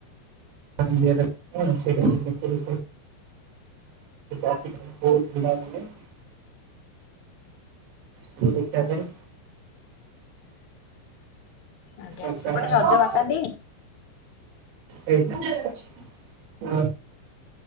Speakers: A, on the right; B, on the left.
A: <inaudible> ବହୁତ ଭିଡ଼ାେ <inaudible> କି ଦେଖିବା ପାଇଁ।
B: ଆଜ୍ଞା
A: ଆଶା।
B: ସେପଟେ ରଜ ବାଟାନ୍ତି
A: ସେଇଟା ହଁ।